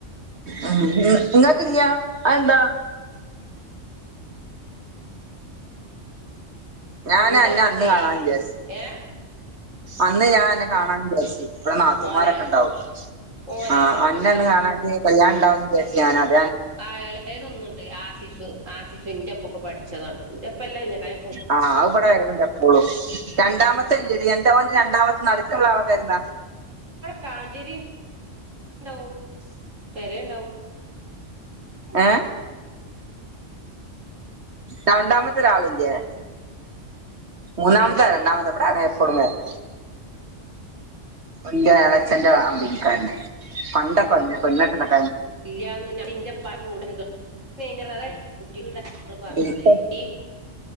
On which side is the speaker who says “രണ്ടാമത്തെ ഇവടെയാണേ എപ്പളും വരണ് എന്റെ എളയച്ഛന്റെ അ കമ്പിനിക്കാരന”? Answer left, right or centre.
Right